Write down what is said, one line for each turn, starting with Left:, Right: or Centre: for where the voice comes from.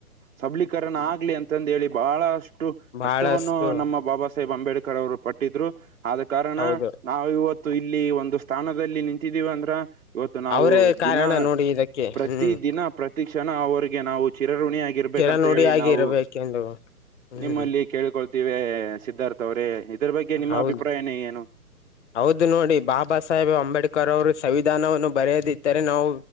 Right: ಸಬಲೀಕರಣ ಆಗ್ಲಿ ಅಂತಂದ ಹೇಳಿ ಬಹಳಷ್ಟು.
Left: ಬಹಳಷ್ಟು
Right: ಕಷ್ಟವನ್ನು ನಮ್ಮ ಬಾಬಾ ಸಾಹೇಬ್ ಅಂಬೇಡ್ಕರ್ ಅವ್ರು ಪಟ್ಟಿದ್ರು ಆದ ಕಾರಣ.
Left: ಹೌದು
Right: ನಾವು ಇವತ್ತು ಇಲ್ಲಿ ಒಂದು ಸ್ಥಾನದಲ್ಲಿ ನಿಂತಿದ್ದೀವಿ ಅಂದ್ರ ಇವತ್ತು ನಾವು
Left: ಅವರೇ ಕಾರಣ
Right: ದಿನ
Left: ನೋಡಿ ಇದಕ್ಕೆ
Right: ಪ್ರತಿ
Left: ಹ್ಮ್
Right: ದಿನ ಪ್ರತಿ ಕ್ಷಣ ಅವ್ರಿಗೆ ನಾವು ಚಿರಋಣಿಯಾಗಿ. ಇರ್ಬೇಕಂತ
Left: ಚಿರನುಡಿಯಾಗಿ
Right: ಹೇಳಿ ನಾವು
Left: ಇರಬೇಕೆಂದು ಹ್ಮ್
Right: ನಿಮ್ಮಲ್ಲಿ ಕೇಳ್ಕೊಳ್ತೀವೆ ಸಿದ್ಧಾರ್ಥ ಅವ್ರೇ ಇದ್ರ ಬಗ್ಗೆ ನಿಮ್ಮ
Left: ಹೌದು
Right: ಅಭಿಪ್ರಾಯವೆನು.
Left: ಹೌದು ನೋಡಿ ಬಾಬಾ ಸಾಹೇಬ್ ಅಂಬೇಡ್ಕರ್ ಅವರು ಸಂವಿಧಾನವನ್ನು ಬರೆಯದಿದ್ದರೆ ನಾವು